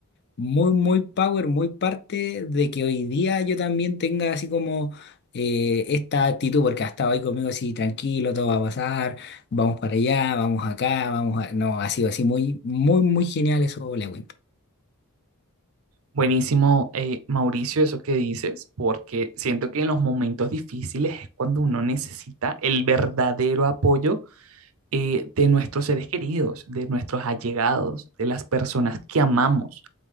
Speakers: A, on the left; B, on the right.
A: muy, muy power, muy parte de que hoy día yo también tenga así como eh, esta actitud, porque ha estado ahí conmigo así, tranquilo, todo va a pasar, vamos para allá, vamos acá, vamos a... No, ha sido así muy, muy, muy genial eso, Lewin.
B: Buenísimo, eh, Mauricio, eso que dices, porque siento que en los momentos difíciles es cuando uno necesita el verdadero apoyo eh, de nuestros seres queridos, de nuestros allegados, de las personas que amamos,